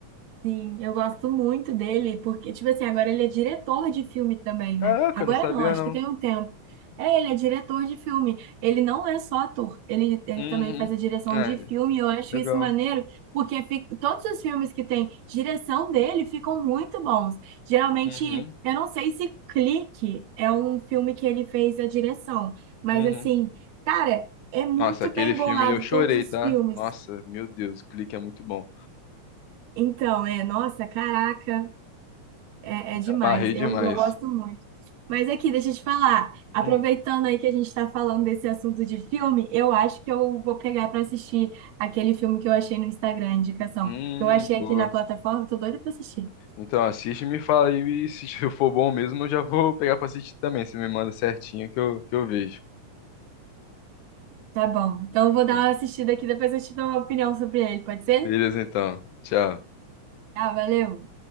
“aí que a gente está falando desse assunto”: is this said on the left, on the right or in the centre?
Right